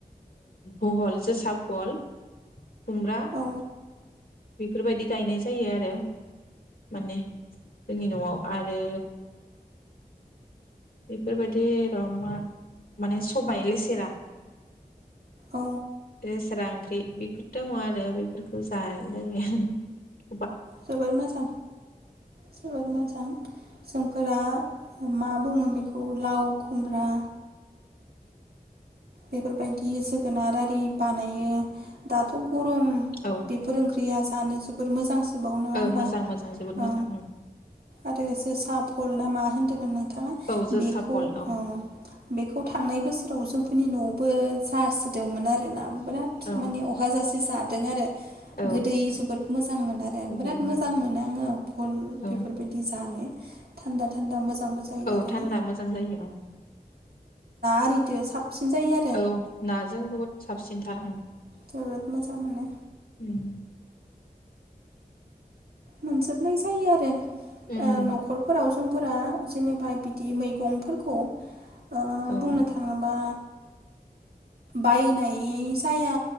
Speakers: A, on the left; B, on the right.
A: भहल जोसा भहल खुमब्रा
B: औ
A: बेफोरबायदि गायनाय जायो आरो माने जोंनि न'आव आरो बेफोरबायदि र' मा माने सबाय लेसेरा
B: औ
A: लेसेरा ओंख्रि बेफोर दङ आरो बेफोरखौ जा <unintelligible>
B: जोबोर मोजां जोबोर मोजां। फोर मा बुङो बेखौ लाव खुमब्रा बेफोरबायदि जोगोनार आरि बानायो। दाथ' गरम
A: औ
B: बेफोर ओंख्रिया जानो जोबोर मोजांसो औ नङा होनबा
A: मोजां मोजां जोबोद
B: औ
A: मोजां
B: आरो एसे साफल ना मा होनो ओनदै फोरनो
A: औ जोसा
B: बेखौ
A: फल औ
B: उम बेखौ थांनाय बोसोराव जों नआवबो जासोदोंमोन आरोना। बिराद
A: औ
B: माने अहाजासे जादों आरो।
A: औ
B: गोदै जोबोद मोजां मोनो आरो
A: बिदि
B: बिराद मोजां मोनो आङो भहलनि
A: औ
B: बेफोरबायदि जानो थान्दा थान्दा मोजां जायो
A: औ
B: आरो
A: थान्दा
B: ना
A: मोजां जायो औ
B: आरि दै साब साबसिन जायो
A: औ नाजों बुहुद साबसिनथार उम।
B: जोबोद मोजां मोनो।
A: उम।
B: मोनजोबनाय जायो आरो।
A: उम
B: ओ नख'रफोराव सुंबुंफोरा जेनेबा बिदि मैगंफोरखौ ओ
A: औ
B: बुंनो थाङोबा बायनाय जाया